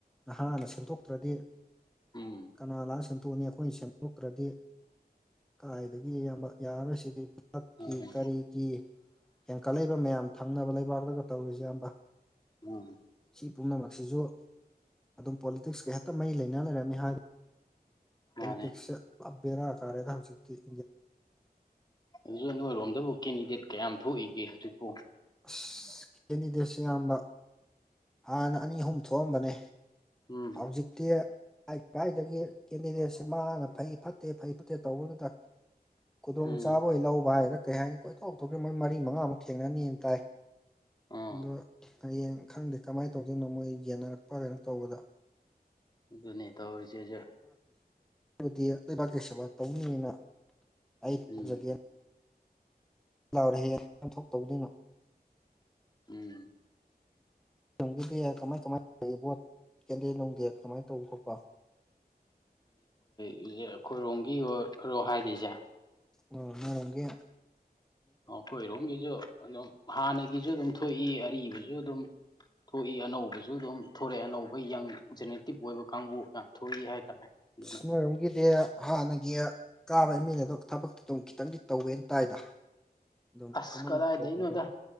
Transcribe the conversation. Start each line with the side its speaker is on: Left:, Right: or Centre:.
Centre: ꯅꯍꯥꯅ ꯁꯦꯝꯗꯣꯛꯇ꯭ꯔꯗꯤ
Left: ꯎꯝ
Centre: ꯀꯅꯥꯅ ꯁꯦꯝ ꯐꯣꯅꯤ ꯑꯩꯈꯣꯏꯅ ꯁꯦꯝꯗꯣꯛꯇ꯭ꯔꯗꯤ ꯀꯥꯏꯗꯒꯤ ꯑꯌꯥꯝꯕ ꯌꯥꯔꯔꯁꯤꯗꯤ ꯍꯛꯀꯤ
Left: ꯎꯝ
Centre: ꯀꯔꯤꯒꯤ ꯍꯦꯟꯀꯠꯂꯛꯏꯕ ꯃꯌꯥꯝ ꯊꯪꯅꯕ ꯂꯩꯕꯥꯛꯂꯒ ꯇꯧꯔꯤꯁꯦ ꯑꯕ
Left: ꯎꯝ
Centre: ꯁꯤ ꯄꯨꯝꯅꯃꯛꯁꯤꯁꯨ ꯑꯗꯨꯝ ꯄꯣꯂꯤꯇꯤꯛꯁꯀ ꯍꯦꯛꯇ ꯃꯩ ꯂꯩꯅ ꯂꯩꯔꯝꯃꯤ ꯍꯥꯏ
Left: ꯃꯥꯅꯦ
Centre: ꯄꯣꯂꯤꯇꯤꯛꯁ ꯂꯦꯔ ꯀꯥꯔꯦ ꯊ ꯍꯧꯖꯤꯤ
Left: ꯑꯗꯨꯁꯨ ꯅꯣꯏꯔꯣꯝꯗꯕꯨ ꯀꯦꯟꯗꯤꯗꯦꯠ ꯀꯌꯥꯝ ꯊꯣꯛꯏꯒꯦ ꯍꯧꯖꯤꯛꯐꯥꯎ
Centre: ꯑꯁ ꯀꯦꯟꯗꯤꯗꯦꯠꯁꯦ ꯑꯌꯥꯝꯕ ꯍꯥꯟꯅ ꯑꯅꯤ ꯑꯍꯨꯝ ꯊꯣꯛꯑꯝꯕꯅꯦ
Left: ꯎꯝ
Centre: ꯍꯧꯥꯎꯖꯤꯛꯇ ꯑꯗꯒꯤ ꯀꯦꯟꯗꯤꯗꯦꯠꯁꯤꯦ ꯃꯥꯅ ꯐꯩ ꯐꯠꯇꯦ ꯐꯩ ꯐꯠꯇꯦ ꯇꯧꯕꯗꯨꯗ ꯈꯨꯗꯣꯡꯆꯥꯥꯕ
Left: ꯎꯝ
Centre: ꯍ ꯂꯧꯕ ꯍꯥꯏꯗꯅ ꯀꯩ ꯍꯥꯏꯅꯤ ꯀꯣꯏꯊꯣꯛ ꯊꯣꯛꯈ꯭ꯔꯦ ꯃꯣꯏ ꯃꯔꯤ ꯃꯉꯥꯃꯨꯛ ꯊꯦꯡꯅꯅꯤꯅ ꯇꯥꯏ
Left: ꯑꯥ
Centre: ꯑꯗ ꯍꯌꯦꯡ ꯈꯪꯗꯦ ꯀꯃꯥꯏꯅ ꯇꯧꯗꯣꯏꯅꯣ ꯃꯣꯏ ꯌꯦꯟꯅꯔꯛꯄ ꯀꯩꯅꯣ ꯇꯧꯕꯗ
Left: ꯑꯗꯨꯅꯤ ꯇꯁꯦꯁꯦ
Centre: ꯗꯤ ꯂꯩꯕꯥꯛꯀꯤ ꯁꯦꯕꯥ ꯇꯧꯅꯤꯡꯅꯤꯅ ꯑꯩ ꯇꯧꯖꯒꯦ
Left: ꯎꯝ
Centre: ꯂꯥꯎꯔꯤꯍꯦ ꯀꯟꯊꯣꯛ ꯇꯧꯗꯣꯏꯅꯣ
Left: ꯎꯝ
Centre: ꯎꯗꯦ ꯀꯃꯥꯏ ꯀꯃꯥꯏꯅꯣ ꯀꯦꯟꯗꯦꯅꯨꯡꯗꯦ ꯀꯃꯥꯏꯅ ꯇꯧꯕ ꯈꯣꯄ
Left: ꯦ ꯑꯩꯈꯣꯏꯔꯣꯝꯒꯤ ꯑꯣꯏꯔꯣ ꯍꯥꯏꯔꯤꯁꯦ
Centre: ꯑꯣ ꯍꯔꯒ
Left: ꯑꯩꯈꯣꯏꯔꯣꯝꯒꯤꯁꯨ ꯑꯗꯨꯝ ꯍꯥꯟꯅꯒꯤꯁꯨ ꯑꯗꯨꯝ ꯊꯣꯛꯏ ꯑꯔꯤꯕꯁꯨ ꯑꯗꯨꯝ ꯊꯣꯛꯏ ꯑꯅꯧꯕꯁꯨ ꯑꯗꯨꯝ ꯊꯣꯔꯛꯑꯦ ꯑꯅꯧꯕ ꯌꯪ ꯖꯦꯅꯦꯇꯤꯞ ꯑꯣꯏꯕ ꯀꯥꯡꯕꯨ ꯌꯥꯝ ꯊꯣꯛꯣꯔꯛꯏ ꯍꯥꯏꯇꯥꯔꯦ ꯑꯗꯨꯅ
Centre: ꯁ ꯅꯔꯨꯝꯒꯤꯗꯤ ꯍꯥꯟꯅꯒꯤ ꯀꯥꯕ ꯏꯃꯤꯅ ꯑꯗꯨꯒ ꯊꯕꯛꯇꯤ ꯑꯗꯨꯝ ꯈꯤꯇꯪꯗꯤ ꯇꯧꯋꯦꯅ ꯇꯥꯏꯗ ꯑꯗꯨꯝ
Left: ꯑꯁ
Centre: ꯀꯃꯥꯏꯅ
Left: ꯀꯗꯥꯏꯗꯩꯅꯣꯗ
Centre: ꯇꯧꯕꯗꯨꯕꯨ